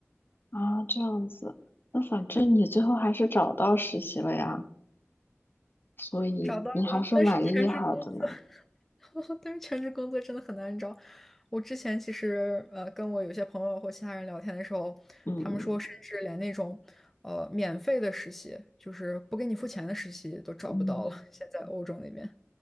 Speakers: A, on the left; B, in the centre.
A: 啊，这样子。那反正你最后还是找到实习了呀，所以你还是蛮厉害的呢。
B: 找到了，但是全职工作，<laughs> 但是全职工作真的很难找。我之前其实呃，跟我有些朋友或其他人聊天的时候，
A: 嗯嗯
B: 他们说，甚至连那种呃免费的实习，就是不给你付钱的实习都找不到了。
A: 嗯，
B: <laughs> 现在欧洲那边，